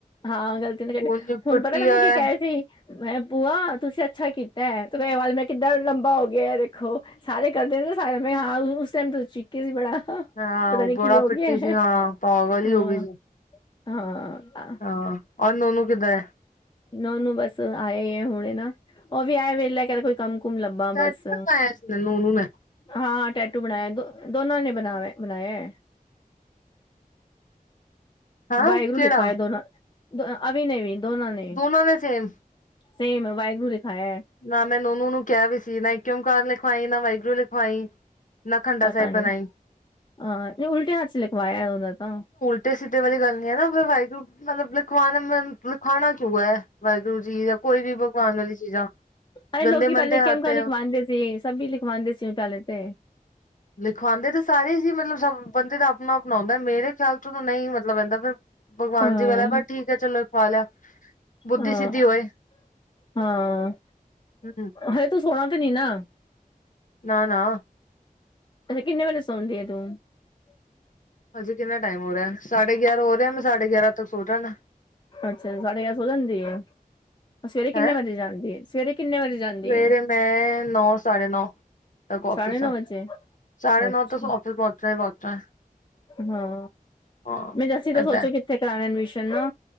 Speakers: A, on the left; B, on the left.
A: ਹਾਂ ਗਲਤੀ ਨੇ ਕੱਟ
B: ਉਹਨੂੰ
A: ਹੁਣ
B: ਪਿੱਟੀ
A: ਪਤਾ ਮੈਨੂੰ
B: ਹੈ
A: ਕੀ ਕਹਿ ਰਹੀ ਸੀ ਮੈਂ ਭੂਆ ਤੁਸੀਂ ਅੱਛਾ ਕੀਤਾ ਮੇਰੇ ਵਾਲ ਮੈਂ ਕਿੱਦਾਂ ਲੰਬਾ ਹੋ ਗਿਆ ਦੇਖੋ ਸਾਰੇ ਕਰਦੇ ਨੇ ਨਾ ਸਾਰਿਆ ਹਾਂ ਉਸ ਟਾਈਮ ਕਿ ਸੀ ਬੜਾ
B: ਹਾਂ
A: ਪਤਾ
B: ਉਹ
A: ਨੀ
B: ਬੜਾ
A: ਕੀ ਹੋ
B: ਪਿੱਟੀ
A: ਗਿਆ
B: ਸੀ ਹਾਂ ਪਾਗਲ ਹੀ
A: ਹਾਂ
B: ਹੋ ਗਈ ਸੀ
A: ਹਾਂ
B: ਹਾਂ ਔਰ ਨੋਨੂੰ ਕਿਦਾ ਏ
A: ਨੋਨੂ ਬਸ ਆਏ ਹੀ ਹੁਣੇ ਨਾ ਉਹ ਵੀ ਆਏ ਵੇਲੈ ਕੇ ਕੁਛ ਕੰਮ ਕੁਮ ਲੱਭਾ
B: ਟੈਟੂ
A: ਬਸ
B: ਬਣਵਾਇਆ ਇਸਨੇ ਨੋਨੂੰ ਨੇ
A: ਹਾਂ ਟੈਟੂ ਬਣਾਇਆ ਦੋ ਦੋਨਾਂ ਨੇ ਬਣਾ ਬਣਾਇਆ
B: ਹਾਂ
A: ਵਾਹਿਗੁਰੂ
B: ਕਿਹੜਾ
A: ਲਿਖਵਾਇਆ ਦੋਨਾ ਨੇ ਅਵਿ ਨੇ ਵੀ ਦੋਨਾਂ ਨੇ
B: ਉਨਾਂ ਦੇ ਸੇਮ
A: ਸੇਮ ਏ ਵਾਹਿਗੁਰੂ ਦਿਖਾਇਆ ਹੈ
B: ਨਾ ਮੈਂ ਨਨੂੰ ਨੂੰ ਕਿਹਾ ਵੀ ਸੀ ਨਾ ਏਕ ਓਕਾਰ ਲਿਖਵਾਈ ਨਾ ਵਾਹਿਗੁਰੂ ਲਿਖਵਾਈ ਨਾ ਖੰਡਾ
A: ਪਤਾ
B: ਸਾਹਿਬ
A: ਨੀ
B: ਬਣਾਈ
A: ਹਾਂ ਜੋ ਨਹੀਂ ਉਲਟੇ ਹੱਥ ਚ ਲੈ ਲਿਖਵਾਇਆ ਉਹਦਾ ਤਾਂ
B: ਉਲਟੇ ਸਿੱਧੇ ਵਾਲੀ ਗੱਲ ਨੀ ਹੈ ਨਾ ਫਿਰ ਵਾਹਿਗੁਰੂ ਮਤਲਬ ਲਿਖਾਉਣਾ ਮ ਲਿਖਾਉਣਾ ਕਿਉ ਹੈ ਵਾਹਿਗੁਰੂ ਜੀ ਜਾਂ ਕੋਈ ਵੀ ਭਗਵਾਨ ਵਾਲੀ ਚੀਜ਼ਾਂ
A: ਅਰੇ
B: ਗੰਦੇ
A: ਲੋਕੀ
B: ਮੰਦੇ
A: ਪਹਿਲੇ ਤੇ
B: ਹੱਥ
A: ਇਕ ਓਮਕਾਰ ਲਿਖਵਾਉਦੇ ਸੀ ਸਭੀ ਲਿਖਵਾਉਂਦੇ ਸੀ ਪਹਿਲੇ ਤੇ
B: ਲਿਖਵਾਉਂਦੇ ਤੇ ਸਾਰੇ ਹੀ ਸੀ ਮਤਲਬ ਸਭ ਬੰਦੇ ਦਾ ਆਪਣਾ ਆਪਣਾ ਹੁੰਦਾ ਮੇਰੇ ਖਿਆਲ ਚ ਤਾਂ ਨਹੀਂ ਮਤਲਬ ਰਹਿੰਦਾ ਫਿਰ ਭਗਵਾਨ
A: ਹਾਂ
B: ਜੀ ਵਾਲਾ ਪਰ ਠੀਕ ਹੈ ਚਲੋ ਲਿਖਵਾ ਲਿਆ ਬੁੱਧੀ
A: ਹਾਂ
B: ਸਿੱਧੀ ਹੋਏ
A: ਹਾਂ
B: ਹਮ
A: ਹਜੇ ਤੂੰ ਸੋਣਾ ਤੇ ਨੀ ਨਾ
B: ਨਾ ਨਾ
A: ਅੱਛਾ ਕਿੰਨੇ ਵਜੇ ਸੌਦੀ ਆ ਤੂੰ
B: ਹਜੇ ਕਿੰਨਾ ਟਾਈਮ ਹੋ ਰਿਹਾ ਸਾਡੇ ਗਿਆਰਾਂ ਹੋ ਰਿਹਾ ਮੈਂ ਸਾਡੇ ਗਿਆਰਾਂ ਤੱਕ ਸੋਚ ਜਾਣਾ
A: ਅੱਛਾ ਸਾਢੇ ਗਿਆਰਾਂ ਸੋ ਜਾਂਦੀ ਏ ਸਵੇਰੇ ਕਿੰਨੇ
B: ਹੈਂ
A: ਵਜੇ ਜਾਂਦੀ ਏ ਸਵੇਰੇ ਕਿੰਨੇ ਵਜੇ ਜਾਂਦੀ
B: ਸਵੇਰੇ
A: ਹੈ
B: ਮੈਂ ਨੌ ਸਾਢੇ ਨੌ ਤੱਕ ਓਫਿਸ
A: ਸਾਢੇ
B: ਆ
A: ਨੌ ਵਜੇ
B: ਸਾਢੇ
A: ਅੱਛਾ
B: ਨੌ ਤੱਕ ਓਫਿਸ ਪਹੁੰਚਣਾ ਈ ਪਹੁੰਚਣਾ ਹੈ
A: ਹਾਂ
B: ਹਾਂ
A: ਮੈਂ ਜਸੀਂ ਤਾਂ
B: ਏਦਾਂ
A: ਸੋਚੋ ਕਿ ਤੇ ਕਰਾ ਲੈਣ ਐਡਮਿਸ਼ਨ ਨਾ